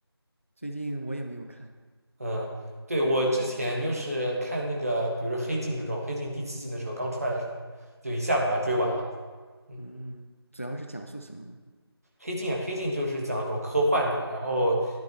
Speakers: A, on the left; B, on the right.
A: 最近我也没有看，
B: 嗯、对，我之前就是看那个，比如说《黑镜》这种，《黑镜》第七季的时候刚出来的时候，就一下把它追完了。嗯，
A: 嗯，主要是讲述什么呢？
B: 《黑镜》啊，《黑镜》就是讲这种科幻的，然后